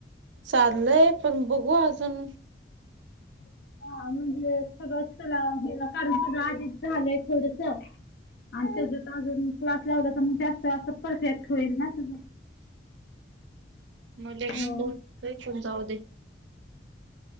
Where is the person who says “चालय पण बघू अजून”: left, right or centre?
Right